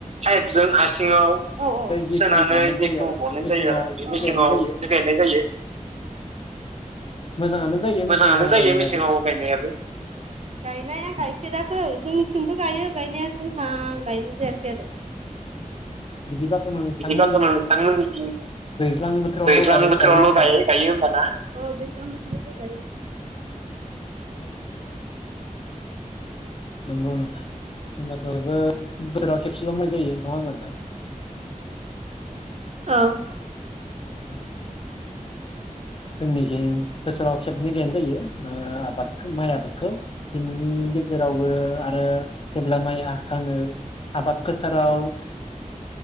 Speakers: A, on the right; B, on the left.
A: पाइपजों हासिङाव
B: दैखौ
A: सोनानै
B: बहननाय
A: दैखौ
B: जायो आरो ओमफ्राय
A: गनाय
B: मेसेङाव
A: जायो आरो बे
B: बिदिनो
A: मेसेङाव
B: गायनाय जायो
A: गायनाय जायो
B: मोजाङानो जायो
A: मोजाङानो
B: मेसेङाव
A: जायो
B: गायनायाबो
A: मेसेङाव गायनायाबो गायनाया गायफेराखै जोंनिथिंबो गायो गायनाया जोंहा गायनाय जायाखै आरो
B: बिदिब्लाथ' नोंथांमोननिथिं
A: बिदिब्लाथ नोंथांमोननिथिं
B: दैज्लां बोथोरावल'
A: दैज्लां
B: गायो
A: बोथोरावल'
B: होमबाना
A: गायो गायो होनबा ना गायो
B: औ नंगौ नोथां होनबाथ 'बोसोराव खेबसेल' माइ जायो नङा होमबा नोंथां
A: औ
B: औ जोंनिखि बोसोराव खेबनै गैयनाय जायो आबादखौ माइ आबाद बिनि गेजेरावबो आरो जेब्ला माइ हाखाङो आबाद फोथाराव